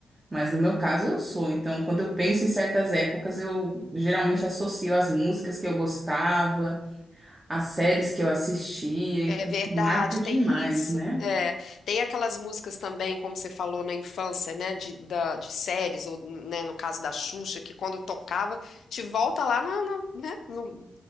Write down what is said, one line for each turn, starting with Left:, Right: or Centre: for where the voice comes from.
Right: Mas no meu caso eu sou. Então, quando eu penso em certas épocas, eu geralmente associo as músicas que eu gostava, as séries que eu assistia. Então,
Left: É verdade,
Right: assim, marca demais,
Left: tem isso.
Right: né?
Left: É, tem aquelas músicas também, como você falou na infância, né, de, da, de séries, ou né, no caso da Xuxa, que quando tocava, te volta lá na, na- né, no-